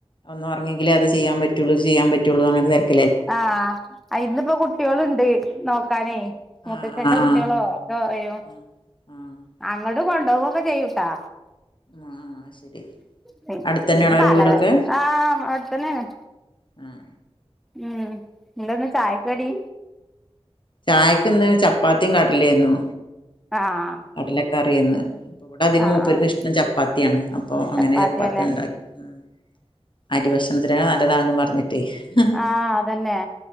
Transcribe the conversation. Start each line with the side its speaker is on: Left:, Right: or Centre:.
Left: ഒന്നൊർങ്ങ്യങ്കിലേ അത് ചെയ്യാൻ പറ്റൊ റ്റുള്ളൂ ചെയ്യാൻപറ്റുള്ളൂ അങ്ങൻതെ തെര്
Centre: ആഹ് അയിന്നിപ്പോ കുട്ട്യോളുണ്ട് നോക്കാനേ മുത്തച്ഛന്റെ
Left: ആഹ് ആഹ്
Centre: കുട്ട്യോളോ
Left: ആഹ്
Centre: ഒക്കെ വരും
Left: ആഹ് ആഹ്
Centre: അങ്ങടും കൊണ്ടോവൊക്കെ ചെയ്യൂട്ടാ
Left: ആഹ് ആഹ് ശരി
Centre: പിന്ന
Left: അടുത്തന്നെയാണോ
Centre: പിന്നെ
Left: അവരെ
Centre: തലവേ
Left: വീടൊക്കെ
Centre: ആഹ് അടുത്തന്നേണ്
Left: ഉം
Centre: ഉം എന്താന്ന് ചായക്കടി
Left: ചായക്ക്ന്ന് ചപ്പാത്തിം കടലിയേയ്ന്നു
Centre: ആഹ്
Left: കടലക്കാറിയേന്ന് ഇവിടെ അധികം
Centre: ആഹ്
Left: മൂപ്പർക്ക്
Centre: ആഹ്
Left: ഇഷ്ടം ചപ്പാത്തിയാണ് അപ്പൊ അങ്ങനെ
Centre: ചപ്പാത്തിയല്ലേ
Left: ചപ്പാത്തിയാണ്ടാക്കി ഉം അരിഭക്ഷണത്തിനേക്കാൾ നല്ലതാണ്ന്ന് പർഞ്ഞ് <unintelligible>
Centre: ആഹ് അതന്നെ